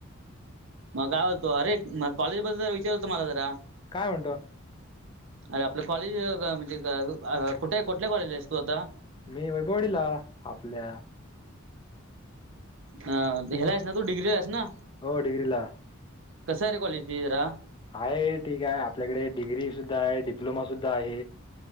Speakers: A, on the right; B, on the left.
A: मग काय होतो अरे मग कॉलेज बद्दल विचार होतो मला जरा.
B: काय म्हणतो?
A: अरे आपलं कॉलेज म्हणजे कुठे कुठल्या कॉलेजला आहेस तू आता?
B: मी वैभवाडीला आपल्या
A: ह्याला आहेस ना तू डिग्रीला आहेस ना?
B: हो डिग्री ला.
A: कस आहे रे कॉलेज ते जरा.
B: आहे ठीक आहे आपल्याकडे डिग्री सुद्धा आहे डिप्लोमा सुद्धा आहे.